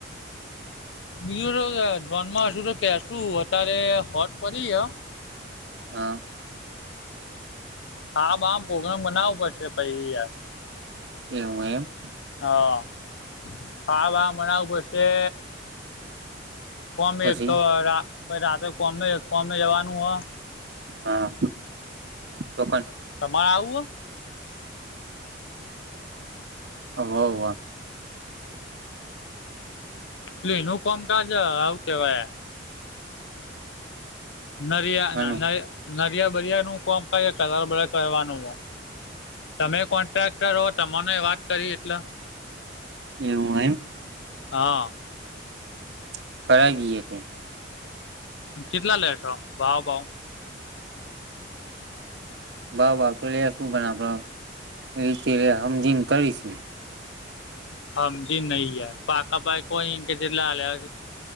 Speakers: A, on the left; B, on the right.
A: બીજું તો જોનમ હશુ તો કેશુ અત્યારે હોજ પડી હ.
B: હા.
A: હા બાપ પોગ્રામ બનાવવો પડશે પહી યાર.
B: એવું એમ.
A: હ, ખાવા બાવા બનાવું પડશે. કોમ
B: પછી
A: એક એક ભઈ રાતે કોમે કોમે જવાનું હો.
B: હા, તો
A: તમારે આવું હ?
B: <unintelligible>
A: <unintelligible> આવું કેવાય. નરિયા
B: હાલો
A: <unintelligible> નરિયા <unintelligible> કોમ કરવાનું હો. તમે કોન્ટ્રાક્ટર હો તમાને વાત કરી એટલે
B: એવું એમ?
A: હા.
B: <unintelligible>
A: કેટલા લેછો ભાવ? <unintelligible>
B: <unintelligible> તો <unintelligible> શું? પણ આપતે હમજીન કરીશ.
A: સમજી નહીં યાર પાકા ભાઈ કોઈ કેટલે આલે આ